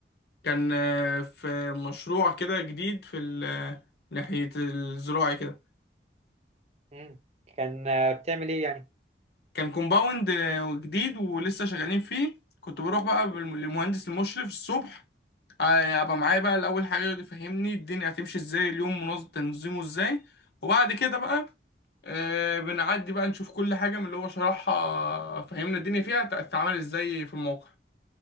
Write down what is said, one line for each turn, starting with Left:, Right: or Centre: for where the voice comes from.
Left: كان آه، في مشروع كده جديد في ال- آه، ناحية الزراعي كده
Right: مم. كان آه بتعمل ايه يعني
Left: كان كومباوند آه، جديد ولسه شغالين فيه كنت بروح بقى بال- للمهندس المشرف الصبح آه، ابقى معايا بقى الاول حاجة يقعد يفهمني الدنيا هتمشي ازاي اليوم منظم تنظيمه ازاي وبعد كده بقى آه، بنعدي بقى نشوف كل حاجة من اللي هو شرحها فهمنا الدنيا فيها تتعامل ازاي في الموقع